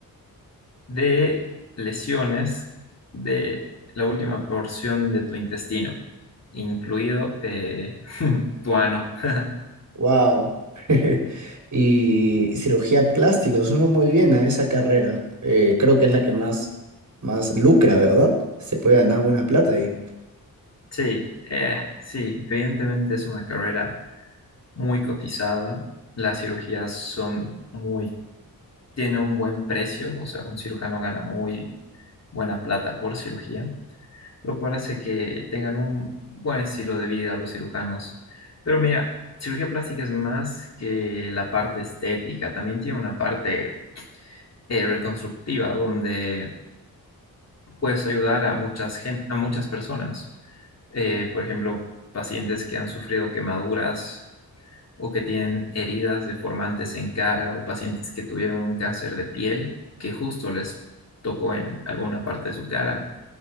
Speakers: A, on the left; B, on the right.
A: de lesiones de la última porción de tu intestino, incluido eh, <laughs> tu ano. <laughs>
B: Wow. <laughs> Y cirugía plástica, suena muy bien a esa carrera. Eh, creo que es la que más, más lucra, ¿verdad? Se puede ganar buena plata ahí.
A: Sí, eh, sí, evidentemente es una carrera muy cotizada. Las cirugías son muy tiene un buen precio, o sea, un cirujano gana muy buena plata por cirugía, lo cual hace que tengan un buen estilo de vida los cirujanos. Pero mira, cirugía plástica es más que la parte estética, también tiene una parte eh, reconstructiva donde puedes ayudar a muchas gen- a muchas personas. Eh, por ejemplo, pacientes que han sufrido quemaduras o que tienen heridas deformantes en cara o pacientes que tuvieron un cáncer de piel que justo les tocó en alguna parte de su cara,